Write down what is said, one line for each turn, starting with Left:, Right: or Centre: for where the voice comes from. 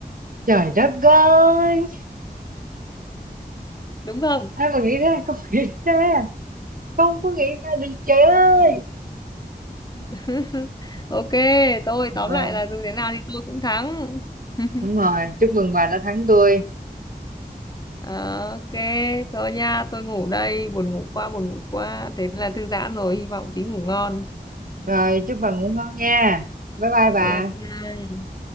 Right: Trời đất ơi,
Left: đúng không?
Right: ai mà nghĩ ra không nghĩ ra, không có nghĩ ra được trời ơi.
Left: <laughs> Ok, tôi
Right: Rồi,
Left: tóm lại là dù thế nào thì tôi cũng thắng. <laughs>
Right: đúng rồi, chúc mừng bà đã thắng tôi.
Left: Ờ, ok, thôi nha, tôi ngủ đây, buồn ngủ quá, buồn ngủ quá. Thế là thư giãn rồi, hy vọng tí ngủ ngon.
Right: Rồi, chúc bà ngủ ngon nha. Bye bye bà.
Left: Ok, bye bye.